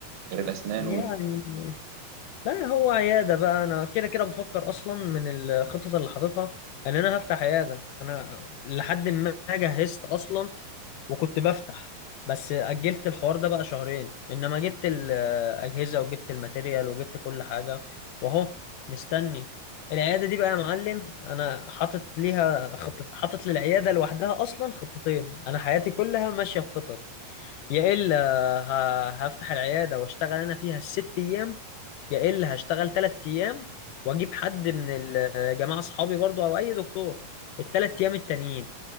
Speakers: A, on the right (about 80°); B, on the left (about 75°).
A: غير الاسنان
B: يعني
A: وال...
B: لا هو عيادة بقى أنا كده كده بفكر أصلا من الخطط اللي حاططها إن أنا هفتح عيادة أنا لحد ما جهزت أصلا وكنت بفتح بس أجلت الحوار ده بقى شهرين إنما جبت الأجهزة وجبت الماتيريال وجبت كل حاجة وأهو مستني العيادة دي بقى يا معلم أنا حاطط ليها خطة حاطط للعيادة لوحدها أصلا خطتين أنا حياتي كلها ماشية بخطط يا إلا ه- هفتح العيادة واشتغل أنا فيها الست أيام يا إلا هشتغل تلات أيام وأجيب حد من الجماعة أصحابي برضو أو أي دكتور التلات أيام التانيين